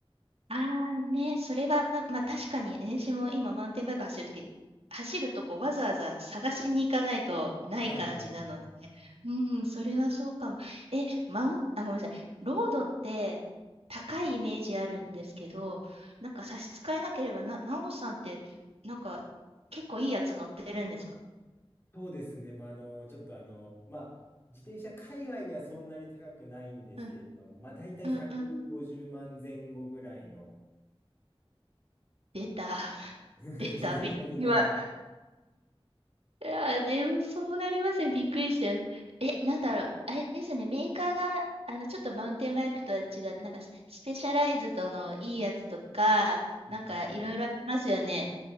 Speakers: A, on the right; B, on the left.
A: ああね、それは、まあ確かに、私も今マウンテンバイク走るとき、走るとこわざわざ探しに行かないとない感じなのでね、
B: はいはいはい。
A: うん、それはそうかも。え、マウン、あ、ごめんなさい、ロードって高いイメージあるんですけど、なんか差し支えなければ、な、なおさんって、なんか結構いいやつ乗ってるんですか
B: そうですね。まあ、あの、ちょっとあの、まあ、自転車界隈ではそんなに高くないんですけれども、
A: うん、
B: まあ、大体150万前後ぐらいの
A: うん、うん。出た、<laughs>
B: <laughs> 自転車に乗ら、
A: 出た、<laughs> び今、いや、でもそうなりますね。びっくりした。え、なんだろう。あれですね。メーカーが、あの、ちょっとマウンテンバイクとは違う、なんかス、スペシャライズドのいいやつとか、
B: ねはい
A: なんかいろいろありますよね。